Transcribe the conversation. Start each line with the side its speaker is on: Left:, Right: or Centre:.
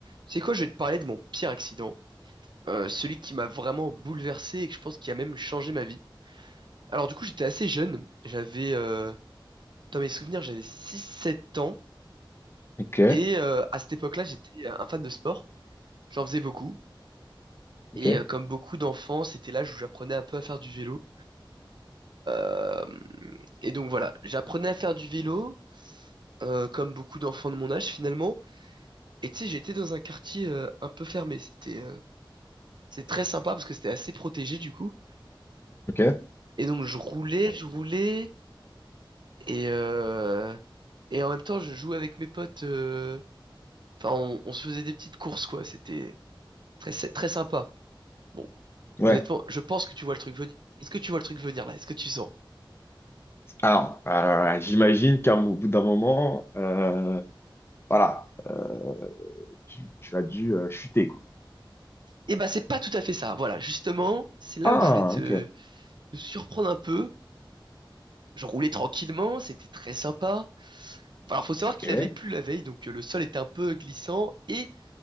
Right: C'est quoi, je vais te parler de mon pire accident, euh, celui qui m'a vraiment bouleversé et que je pense qui a même changé ma vie. Alors du coup, j'étais assez jeune, j'avais, euh, dans mes souvenirs, j'avais six, sept ans,
Left: Ok,
Right: et euh, à cette époque-là, j'étais euh, un fan de sport, j'en faisais beaucoup,
Left: ok,
Right: et euh, comme beaucoup d'enfants, c'était l'âge où j'apprenais un peu à faire du vélo. Euh, et donc voilà, j'apprenais à faire du vélo, euh, comme beaucoup d'enfants de mon âge finalement, et tu sais, j'étais dans un quartier euh, un peu fermé, c'était euh, c'est très sympa parce que c'était assez protégé du coup,
Left: ok.
Right: et donc je roulais, je roulais. Et, euh, et en même temps, je jouais avec mes potes. euh, Enfin, on, on se faisait des petites courses, quoi. C'était très, sy- très sympa. Bon,
Left: Ouais.
Right: honnêtement, je pense que tu vois le truc venir. Est-ce que tu vois le truc venir là? Est-ce que tu sens?
Left: Alors, euh, j'imagine qu'à un- au bout d'un moment, euh, voilà, euh, tu, tu as dû euh, chuter, quoi.
Right: Eh ben, c'est pas tout à fait ça. Voilà, justement, c'est là
Left: Ah,
Right: où je voulais te,
Left: ok,
Right: te surprendre un peu. Je roulais tranquillement, c'était très sympa. Alors, faut savoir
Left: ok.
Right: qu'il avait plu la veille, donc euh, le sol était un peu glissant et